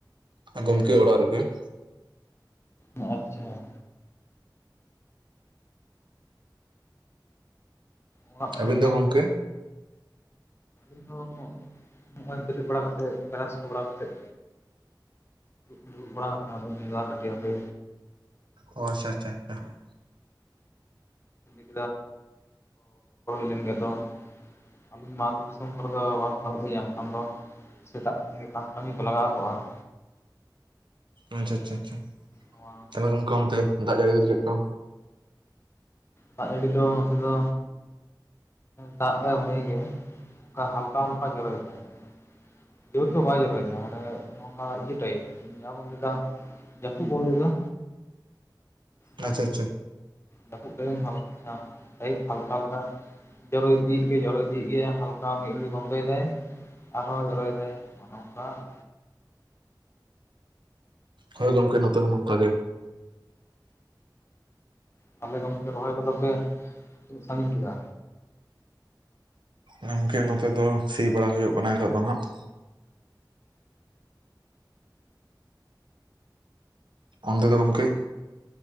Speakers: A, on the right (about 80°); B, on the left (about 35°).
A: ᱜᱚᱢᱠᱮ ᱚᱲᱟᱜ ᱨᱮᱜᱮ ᱾
B: ᱟᱪᱪᱷᱟ ᱾ ᱚᱲᱟᱜ ᱠᱚᱨᱮᱱᱟᱜ
A: ᱟᱹᱵᱤᱱ ᱫᱚ ᱜᱚᱢᱠᱮ?
B: ᱤᱧ ᱦᱚᱸ ᱱᱚᱜ-ᱚᱭ ᱵᱮᱨᱮᱫ ᱵᱟᱲᱟ ᱠᱟᱛᱮᱫ ᱵᱨᱟᱥ ᱠᱚ ᱵᱟᱲᱟ ᱠᱟᱛᱮᱫ ᱫᱩᱲᱩᱵ ᱵᱟᱲᱟ ᱟᱠᱟᱱᱟ ᱵᱮᱱ ᱪᱩᱸᱫᱟ ᱟᱠᱟᱛ ᱜᱮᱭᱟ ᱯᱮ
A: ᱚ ᱟᱪᱪᱷᱟ ᱟᱪᱪᱷᱟ ᱟᱪᱪᱷᱟ ᱾
B: <inaudible> ᱦᱩᱭ ᱞᱮᱱ ᱜᱮᱭᱟ ᱫᱚ ᱟᱹᱞᱤᱧ ᱢᱟ ᱟᱹᱛᱩ ᱫᱤᱥᱚᱢ ᱠᱚᱨᱮ ᱫᱚ ᱵᱟᱨᱫᱷᱟᱣ ᱞᱤᱧ ᱮᱱᱠᱷᱟᱱ ᱫᱚ? ᱥᱮᱛᱟᱜ ᱠᱷᱚᱱ ᱜᱮ ᱪᱟᱥ ᱠᱟᱹᱢᱤ ᱠᱚ ᱞᱟᱜᱟᱣ ᱠᱚᱜᱼᱟ ᱾
A: ᱟᱪᱪᱷᱟ ᱟᱪᱪᱷᱟ ᱟᱪᱪᱷᱟ ᱾
B: ᱱᱚᱣᱟ
A: ᱟᱫᱚ ᱜᱚᱢᱠᱮ ᱚᱱᱛᱮ ᱫᱟᱜ ᱡᱟᱹᱲᱤ ᱠᱚᱫᱚ ᱪᱮᱫ ᱞᱮᱠᱟ?
B: ᱫᱟᱜ ᱡᱟᱹᱲᱤ ᱫᱚ ᱱᱚᱛᱮ ᱫᱚ ᱫᱟᱜ ᱫᱟᱭ ᱵᱷᱟᱜᱮ ᱜᱮ ᱚᱱᱠᱟ ᱦᱟᱞᱠᱟ ᱦᱟᱞᱠᱟ ᱡᱚᱨᱚᱭ ᱫᱟᱭ ᱾ ᱡᱳᱨ ᱫᱚ ᱵᱟᱭ ᱡᱚᱨᱚᱭ ᱫᱟᱭ ᱾ ᱢᱟᱱᱮ ᱱᱚᱠᱟ ᱤᱭᱟᱹ ᱴᱟᱭᱤᱯ, ᱡᱟᱦᱟᱸ ᱵᱚᱱ ᱞᱟᱹᱭ ᱫᱟ ᱡᱟᱹᱯᱩᱫ ᱵᱚᱱ ᱞᱟᱹᱭᱫᱟ ᱵᱟᱜ
A: ᱞᱮᱠᱟ ᱟᱪᱪᱷᱟ ᱟᱪᱪᱷᱟ
B: ᱡᱟᱹᱯᱩᱫ ᱛᱤᱦᱤᱧ ᱦᱟᱞᱠᱟ ᱴᱟᱭᱤᱯ ᱦᱟᱞᱠᱟ ᱦᱟᱞᱠᱟ ᱾ ᱡᱚᱨᱚᱭ ᱤᱫᱤᱜ ᱜᱮᱭᱟᱭ ᱡᱚᱨᱚᱭ ᱤᱫᱤᱜ ᱜᱮᱭᱟᱭ, ᱦᱟᱞᱠᱟ ᱢᱤᱫ ᱜᱷᱟᱹᱲᱤᱡ ᱵᱚᱱᱫᱚᱭ ᱫᱟᱭ ᱾ ᱟᱨᱦᱚᱸ ᱡᱚᱨᱚᱭᱮᱫᱟᱭ ᱱᱚᱝᱠᱟ ᱾ <inaudible>
A: ᱦᱳᱭ ᱜᱚᱝᱠᱮ ᱱᱚᱛᱮ ᱫᱚ ᱱᱚᱝᱠᱟ ᱜᱮ ᱾
B: ᱛᱟᱦᱚᱞᱮ ᱜᱚᱝᱠᱮ ᱨᱚᱦᱚᱭ ᱠᱚᱫᱚ ᱯᱮ ᱛᱤᱱᱟᱹᱜ ᱥᱟᱺᱜᱤᱧ ᱠᱮᱫᱟ?
A: ᱜᱚᱢᱠᱮ ᱱᱚᱛᱮ ᱫᱚ ᱥᱤ ᱵᱟᱲᱟ ᱦᱩᱭᱩᱜ ᱠᱟᱱᱟ ᱱᱤᱛᱚᱜ ᱫᱚ ᱦᱟᱸᱜ ᱾ ᱚᱱᱛᱮ ᱫᱚ ᱜᱚᱢᱠᱮ?